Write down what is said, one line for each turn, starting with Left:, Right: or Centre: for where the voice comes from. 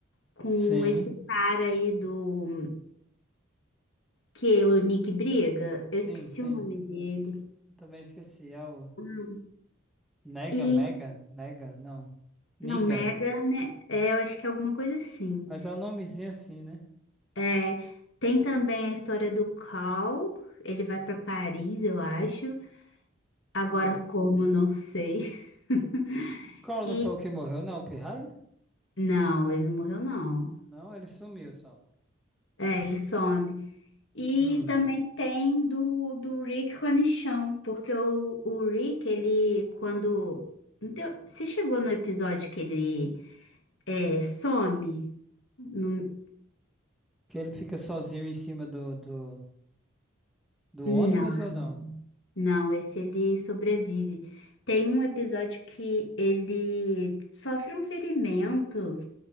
Left: com
Centre: Sim,
Left: esse cara aí do... que é o Nick briga. Eu
Centre: sim,
Left: esqueci
Centre: sim.
Left: o nome dele.
Centre: Eu também esqueci. É o
Left: Hum.
Centre: Nega,
Left: E,
Centre: Mega, Nega, não. Niga.
Left: não, Megan, né? É, eu acho que é alguma coisa assim.
Centre: Mas é um nomezinho assim, né?
Left: É, tem também a história do Cal, ele vai para Paris, eu acho. Agora,
Centre: Hum.
Left: como não sei. <laughs>
Centre: Collor não
Left: E
Centre: foi o que morreu, não, o Pirralho?
Left: não, ele não morreu, não.
Centre: Não, ele sumiu só.
Left: É, ele some. E
Centre: Hum.
Left: também tem do, do Rick com a Nichelle, porque o, o Rick, ele, quando. não tem- Você chegou no episódio que ele é, some? No-
Centre: Que ele fica sozinho em cima do, do, do
Left: Não,
Centre: ônibus ou não?
Left: não, esse ele sobrevive. Tem um episódio que ele sofre um ferimento